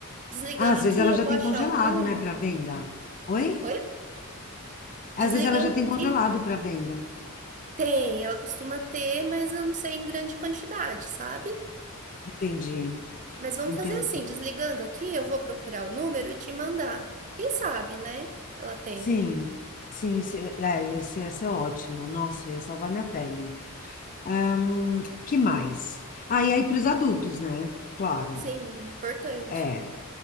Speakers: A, on the right (about 35°); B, on the left (about 35°).
A: Desligando
B: Ah, às
A: aqui,
B: vezes ela
A: eu
B: já
A: vou
B: tem
A: achar
B: congelado,
A: o número.
B: né, para venda. Oi?
A: Oi? Desligando
B: Às vezes ela já tem
A: aqui?
B: congelado para venda.
A: Tem, ela costuma ter, mas eu não sei em grande quantidade, sabe?
B: Entendi,
A: Mas vamos
B: entendi.
A: fazer assim, desligando aqui, eu vou procurar o número e te mandar. Quem sabe, né? Ela tem.
B: Sim, sim, isso é, é, esse, esse é ótimo. Nossa, ia salvar minha pele. Ahn, que mais? Ah, e aí para os adultos, né? Claro.
A: Sim, importante.
B: É.